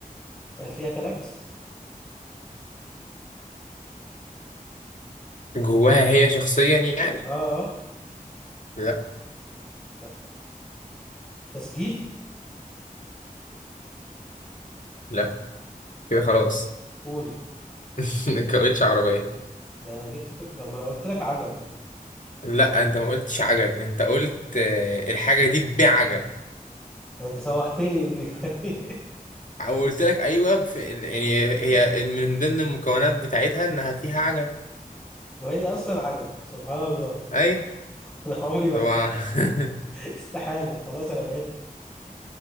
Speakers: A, on the left; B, on the left.
A: آه، فيها كلاكس
B: جواها هي شخصيا يعني
A: اه اه
B: لا
A: لا تسجيل
B: لا كده خلاص
A: قول
B: <laughs> انت قلتش عربية
A: ده انا جبت كل... طب ما انا قلت لك عجل
B: لا انت ما قلتش عجل انت قلت آه، الحاجة دي بعجل
A: انت سوحتني بالإجابة دي <laughs>
B: او قلت لك ايوه في ال- يعني هي من ضمن المكونات بتاعتها انها فيها عجل
A: وهي اصلا عجل سبحان الله
B: اي
A: <laughs> انا عمري ما
B: طبعا
A: هجيب
B: <laughs>
A: <laughs> استحالة خلاص انا بعدت